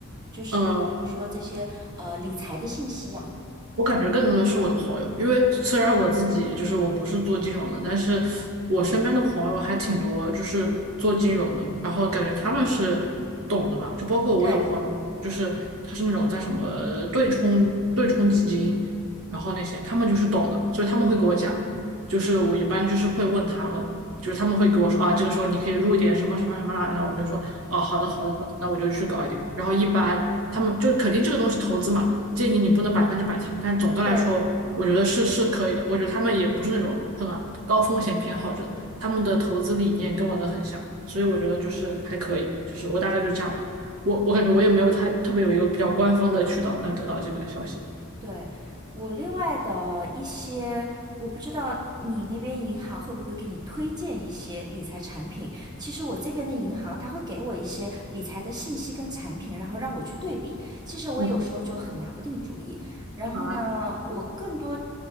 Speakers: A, on the right; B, on the right.
A: 就是比如说这些呃理财的信息呀？
B: 嗯，我感觉更多的是我的朋友，因为虽然我自己就是我不是做金融的，但是我身边的朋友还挺多，就是做金融的，然后感觉他们是懂的嘛，就包括我有朋友，
A: 对
B: 就是他是那种在什么对冲对冲基金，然后那些他们就是懂的，所以他们会给我讲，就是我一般就是会问他们，就是他们会给我说啊，这个时候你可以入一点什么什么什么啦，然后我就说哦，好的，好的，好的，那我就去搞一点，然后一般。他们就是肯定这个东西投资嘛，建议你不能百分之百听，但总的来说，
A: 对，
B: 我觉得是是可以的。我觉得他们也不是那种很高风险偏好者，他们的投资理念跟我的很像，所以我觉得就是还可以，就是我大概就是这样吧。我我感觉我也没有太特别有一个比较官方的渠道能得到这个消息。
A: 对，我另外的一些，我不知道你那边银行会不会给你推荐一些理财产品。其实我这边的银行，它会给我一些理财的信息跟产品，然后让我去对比。其实我有时候就很拿不定主意。
B: 嗯
A: 然后呢，
B: 啊，
A: 我更多